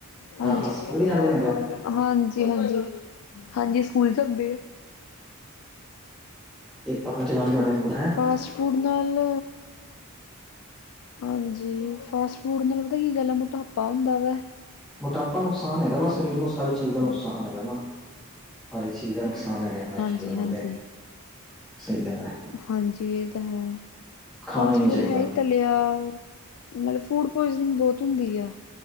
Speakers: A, on the left; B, in the centre.
A: ਹਾਂਜੀ,
B: ਹਾਂ-ਹਾਂ ਸਕੂਲ ਵੀ ਜਾਂਦੇ ਮੈਂ ਕਿਹਾ
A: ਹਾਂਜੀ ਹਾਂਜੀ। ਹਾਂਜੀ ਸਕੂਲ ਚਬੇ।
B: ਏਕ ਤਹਾਂ ਚਲਾਂਦੇ ਹੋਣੇ ਫੂਡ ਹੈਂ।
A: ਫਾਸਟ ਫੂਡ ਨਾਲ ਹਾਂਜੀ ਫਾਸਟ ਫੂਡ ਨਾਲ ਪਤਾ ਕੀ ਗੱਲ ਆ ਮੋਟਾਪਾ ਹੁੰਦਾ ਵੈ।
B: ਮੋਟਾਪਾ ਨੁਕਸਾਨ ਹੈਗਾ ਵਾ ਸਰੀਰ ਨੂੰ ਸਾਰੀ ਚੀਜ਼ ਦਾ ਨੁਕਸਾਨ ਹੈਗਾ ਨਾ। ਹਰ ਇੱਕ ਚੀਜ਼ ਦਾ ਨੁਕਸਾਨ ਹੈਗਾ। ਫਾਸਟ
A: ਹਾਂਜੀ
B: ਫੂਡ ਨਾਲ
A: ਹਾਂਜੀ
B: ਤੇ ਸਹੀ ਗੱਲ ਐ
A: ਹਾਂਜੀ ਇਹ ਤਾਂ ਹੈ।
B: ਖਾਣਾ
A: ਫਾਸਟ
B: ਨਹੀਂ
A: ਫੂਡ
B: ਚਾਹੀਦਾ
A: ਹੈ ਹੀ ਤਲਿਆ ਮਤਲਬ ਫੂਡ ਪੋਇਜ਼ਨਿੰਗ ਬਹੁਤ ਹੁੰਦੀ ਆ।